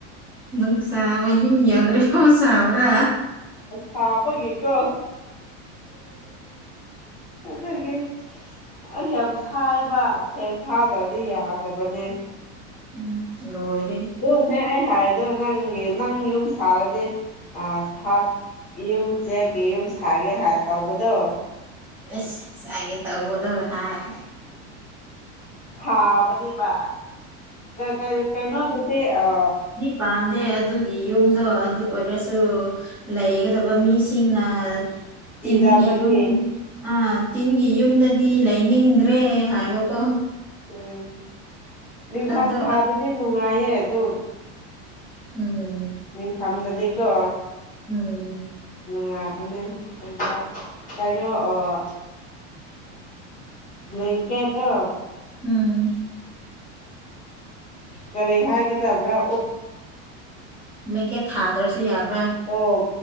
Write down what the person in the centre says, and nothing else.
ꯅꯪ ꯁꯕ ꯌꯝ ꯌꯥꯎꯗ꯭ꯔꯔꯤ ꯄꯥꯎ ꯁꯥꯎ꯭ꯔꯥ꯫
ꯎꯝ ꯂꯣꯏ꯫
ꯑꯁ ꯉꯥꯑꯁꯤꯒꯤ ꯇꯧꯕꯗꯣ ꯍꯥꯏ
ꯄꯥꯟꯗꯦ ꯑꯗꯨꯒꯤ ꯌꯨꯝꯗꯣ ꯑꯗꯨ ꯑꯣꯏꯔꯁꯨ ꯂꯩꯒꯗꯕ ꯃꯤꯁꯤꯡꯅ
ꯇꯤꯟꯒꯤ ꯌꯨꯝ ꯑꯥ ꯇꯤꯟꯒꯤ ꯌꯨꯝꯗꯗꯤ ꯂꯩꯅꯤꯡꯗ꯭ꯔꯦ ꯍꯥꯏꯕꯀꯣ꯫
ꯑꯗꯣ
ꯎꯝ꯫
ꯎꯝ
ꯎꯝ
ꯂꯩꯀꯦ ꯊꯥꯗ꯭ꯔꯁꯨ ꯌꯥꯕ꯭ꯔꯥ꯫